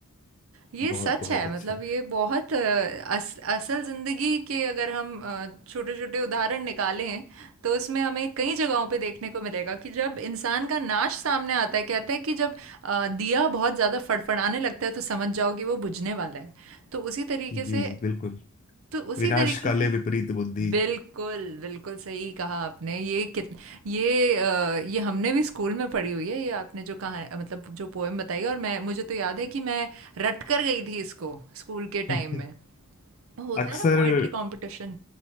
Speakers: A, on the left; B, on the right.
A: <laughs>
B: ये
A: बहुत
B: सच
A: बहुत
B: है
A: अच्छा
B: मतलब ये बहुत अ, अस, असल जिंदगी के अगर हम छोटे छोटे उदाहरण निकालें तो उसमें हमें कई जगहों पे देखने को मिलेगा कि जब इंसान का नाश सामने आता है कहते हैं कि जब अ, दिया बहुत ज़्यादा फड़फड़ाने लगता है तो समझ जाओ कि वो बुझने वाला है तो उसी तरीके
A: जी
B: से
A: बिल्कुल
B: तो उसी
A: विनाश
B: तरीके
A: काले
B: से
A: विपरीत बुद्धि
B: बिल्कुल बिल्कुल सही कहा आपने ये कित ये अ, ये हमने भी स्कूल में पढ़ी हुई है ये आपने जो कहा मतलब जो पोएम बताई और मैं मुझे तो याद है कि मैं रट कर गई थी इसको स्कूल के
A: <laughs>
B: टाइम में होता
A: अक्सर
B: है ना पोएट्री कंपटीशन